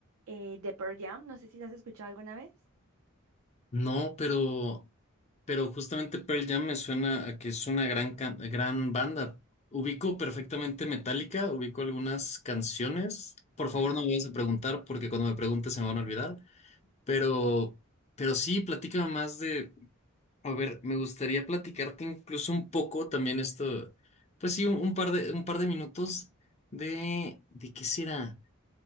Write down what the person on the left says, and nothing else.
No, pero, pero justamente Pearl Jam me suena a que es una gran, can- gran banda. Ubico perfectamente Metallica, ubico algunas canciones. Por favor,
no me vayas a preguntar porque cuando me preguntes se me van a olvidar. Pero, pero sí, platícame más de. A ver, me gustaría platicarte incluso un poco también esto. Pues sí, un, un par de, un par de minutos de. ¿De qué será?